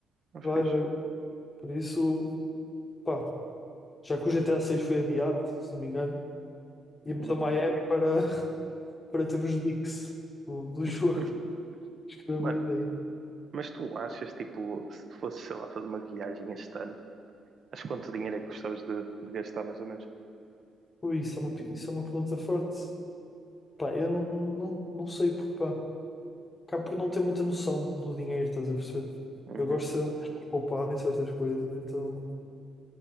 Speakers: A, on the right (about 50°); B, on the left (about 30°).
A: Mas
B: Vai,
A: fixe.
B: vai. Por isso, pá, já que o G T A seis foi adiado, se não me engano, íamos
A: Hum.
B: a Miami para, <laughs> para ter os leaks do, do jogo.
A: <laughs>
B: <laughs> Acho que era
A: Mano,
B: boa ideia.
A: mas tu achas, tipo, se tu fosses, sei lá, fazer uma viagem este ano, acho que quanto dinheiro é que gostavas de, de gastar, mais ou menos?
B: Ui, isso é uma, pe- isso é uma pergunta forte. Pá, eu não, não, não sei porque, pá, acabo por não ter muita noção do dinheiro, estás a perceber?
A: Uhum.
B: Eu gosto de ser um pouco poupado em certas coisas, então,